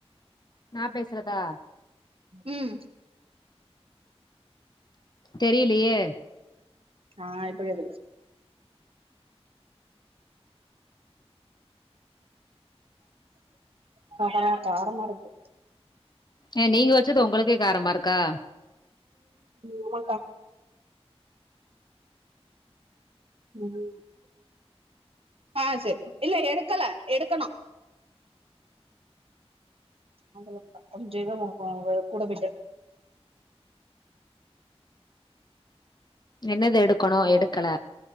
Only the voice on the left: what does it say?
நா பேசறதா
தெரிலியே
ஏ நீங்க வச்சது ஒங்களுக்கே காரமாருக்கா
என்னது எடுக்கணு
எடுக்கல